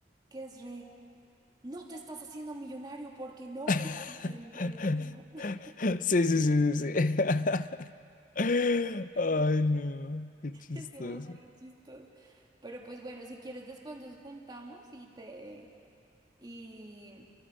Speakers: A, on the right (about 20°); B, on the left (about 45°).
A: que es re... No te estás haciendo millonario porque no
B: <laughs>
A: quieres ser millonario. ¿no? <laughs>
B: Sí, sí, sí, sí, sí. <laughs> Ay,
A: Sí,
B: no, qué chistoso.
A: Es demasiado chistoso. Pero pues bueno, si quieres después nos juntamos y te y,